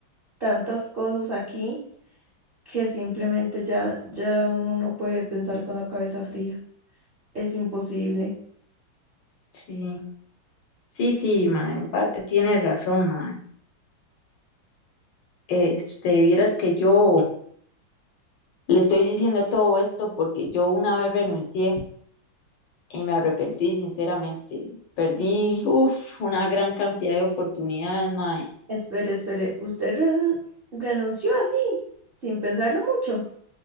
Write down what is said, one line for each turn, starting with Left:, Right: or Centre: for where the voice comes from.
Right: tantas cosas aquí, que simplemente ya, ya uno no puede pensar con la cabeza fría. Es imposible.
Left: sí. Sí, sí, ma, en parte tiene razón, ma. Este, vieras que yo le estoy diciendo todo esto porque yo una vez renuncié y me arrepentí sinceramente. Perdí, uf, una gran cantidad de oportunidades, ma,
Right: Espere, espere, ¿usted ren- renunció así, sin pensarlo mucho?